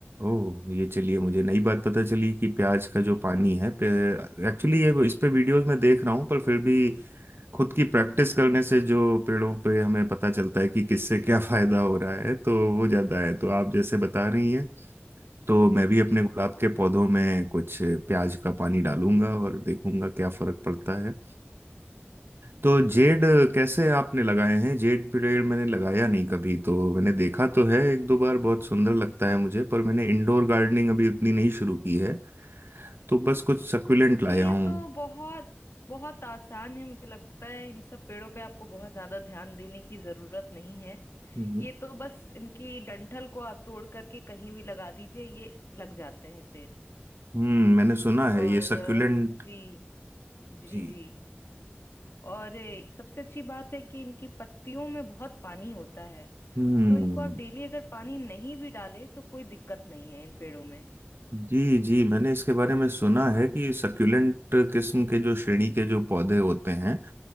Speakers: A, on the right; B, on the left.
A: ओह ये चलिए मुझे नई बात पता चली कि प्याज का
B: जी
A: जो पानी है एक्चुअली ये
B: जी
A: इस पे
B: जी
A: वीडियोस में देख रहा हूँ पर फिर भी खुद की प्रैक्टिस करने से जो पेड़ों पे हमें पता चलता है कि
B: जी
A: किससे
B: जी
A: क्या <laughs> फायदा हो रहा है तो वो ज्यादा है तो आप जैसे बता रही हैं तो मैं भी अपने
B: जी
A: गुलाब के पौधों में कुछ प्याज का पानी डालूंगा और देखूंगा क्या फर्क पड़ता है तो जेड कैसे आपने लगाए हैं जेड पेड़ मैंने लगाया नहीं कभी तो मैंने देखा तो है एक दो बार बहुत सुंदर लगता है मुझे पर मैंने इंडोर गार्डनिंग अभी उतनी नहीं शुरू की है तो बस कुछ सक्यूलेंट
B: जी
A: लाया
B: ये
A: हूँ
B: तो बहुत बहुत आसान है मुझे लगता है इन सब पेड़ों पे आपको बहुत ज्यादा ध्यान देने की जरूरत नहीं है
A: हम्म
B: ये तो बस इनकी डंठल को आप तोड़ करके कहीं भी लगा दीजिए ये लग जाते हैं पेड़
A: हम्म, मैंने सुना है
B: और
A: ये सक्यूलेंट
B: अ, जी जी
A: जी
B: जी और ए, सबसे अच्छी बात है कि इनकी पत्तियों में बहुत पानी होता है
A: हम्म
B: तो इनको आप डेली अगर पानी नहीं भी डाले तो कोई दिक्कत नहीं है इन पेड़ों में
A: जी जी मैंने इसके बारे में सुना है कि सक्यूलेंट किस्म के जो श्रेणी के जो पौधे होते हैं